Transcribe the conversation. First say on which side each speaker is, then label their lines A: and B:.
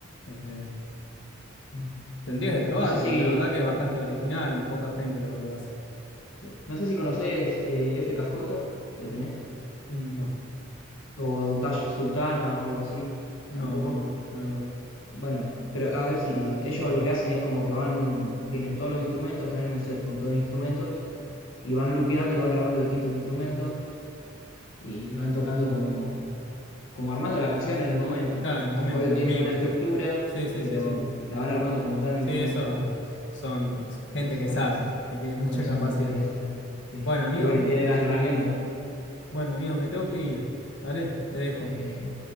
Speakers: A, on the left; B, on the left.
A: Eh, eh,
B: Mm.
A: tendrías que probar,
B: No sé
A: porque
B: si,
A: la verdad que es bastante original. Poca gente lo, lo hace.
B: sí, No sé si conoces eh, F K J ¿lo tenés?
A: Mm, No,
B: O Tash Sultana o algo así,
A: no,
B: tampoco.
A: no, no lo conozco.
B: Bueno, pero a ver si ellos lo que hacen es como que van, tienen todos los instrumentos, están en un set con todos los instrumentos y van lupeando y van grabando distintos instrumentos y van tocando como, como armando la canción en el momento.
A: Claro, en el momento,
B: Obvio tienen
A: en vivo.
B: una estructura,
A: Sí, sí,
B: pero
A: sí, sí.
B: la van armando como tal en
A: Sí,
B: el momento.
A: eso son gente
B: Eso
A: que
B: está,
A: sabe,
B: está
A: que tiene
B: muy
A: mucha
B: bueno, eso
A: capacidad.
B: me gustaría hacer. Sí.
A: Bueno, amigo,
B: Y bueno, y tiene las herramientas, ¿no?
A: bueno, amigo, me tengo que ir, ¿vale? Te dejo.
B: Eh,